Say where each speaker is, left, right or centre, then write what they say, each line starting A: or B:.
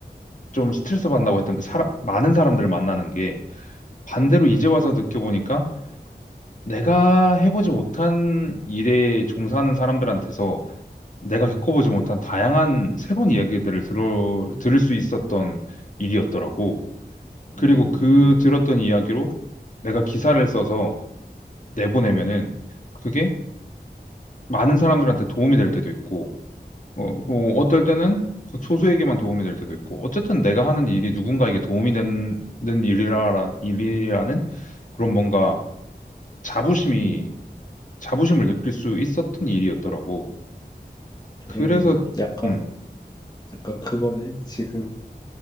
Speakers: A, on the left; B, on the left.
A: 좀 스트레스 받는다고 했던 그 사람 많은 사람들을 만나는 게 반대로
B: 음,
A: 이제 와서 느껴보니까 내가 해보지 못한 일에 종사하는 사람들한테서 내가 겪어보지 못한 다양한 새로운 이야기들을 들을 들을 수 있었던 일이었더라고. 그리고
B: 음,
A: 그 들었던 이야기로 내가 기사를 써서 내보내면은 그게 많은 사람들한테 도움이 될 때도 있고, 어, 뭐 어떨 때는 극소수에게만 도움이 될 때도 있고, 어쨌든 내가 하는 일이 누군가에게 도움이 되는 일이라, 일이라는 그런 뭔가 자부심이, 자부심을 느낄 수 있었던 일이었더라고.
B: 그러면
A: 그래서,
B: 약간
A: 음.
B: 약간 그거네. 지금